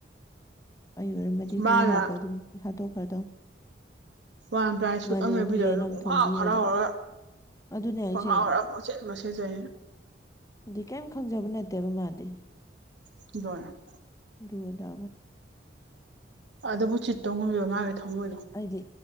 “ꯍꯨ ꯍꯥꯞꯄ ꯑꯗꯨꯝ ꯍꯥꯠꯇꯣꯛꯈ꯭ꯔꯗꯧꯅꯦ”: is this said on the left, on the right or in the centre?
Left